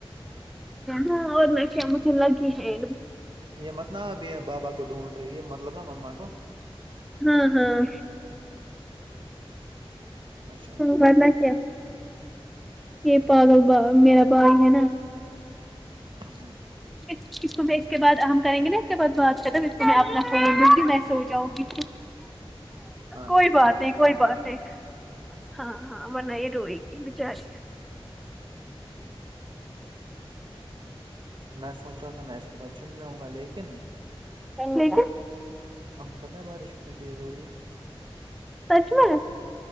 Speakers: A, in the centre; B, on the right.
A: ہاں اور نہ کیا مجھے لگی ہیں
B: یہ مت نا اب یہ بابا کو ڈھونڈ رہی ہے یہ مطلب نا مما کو
A: ہاں ہاں
B: اچھا ٹھیک
A: منا کیا یہ پاگل با میرا بھای ہے نا
B: ہے،
A: اس کو میں اس کے بعد ہم کریں گے نا اس کے بعد بات ختم اس سمے اپنا فون لوں گی میں سو جاؤں گی
B: ہاں
A: کوئی
B: جی ٹھیک
A: بات
B: ہے ٹھیک
A: نہیں کوئی
B: ہے
A: بات نہیں ہاں ہاں ورنہ یہ روئے گی بچاری
B: میں سوچ رہا تھا میں اس کے بعد جم جاؤں گا لیکن
A: لیکن
B: آپ کو پتہ ہے بارش کتنی تیز ہو رہی ہے
A: سچ میں